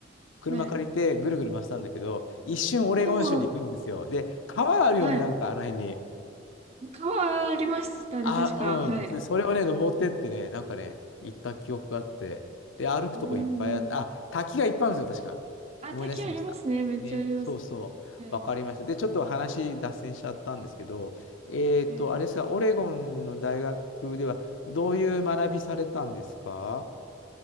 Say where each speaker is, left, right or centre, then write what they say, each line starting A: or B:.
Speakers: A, on the left; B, on the right.
A: 車借りてぐるぐる回したんだけど、
B: はい。
A: 一瞬オレゴン州に行くんですよ。
B: でも、
A: で、川あるよね、
B: はい。
A: なんかあの辺に。
B: 川ありましたね、
A: あ、
B: 確か。はい。
A: うん。で、それをね、登ってってね、なんかね、行った記憶があって、で、歩くとこいっぱいあって、
B: うーん。
A: あ、滝がいっぱいあるんですよ、確か。
B: あ、
A: 思い出してました。
B: 滝ありますね。めっちゃあります。
A: ね、そうそう、
B: はい。
A: わかりました。で、ちょっと話脱線しちゃったんですけど、えっと、
B: はい。
A: あれですが、オレゴンの大学では、どういう学びされたんですか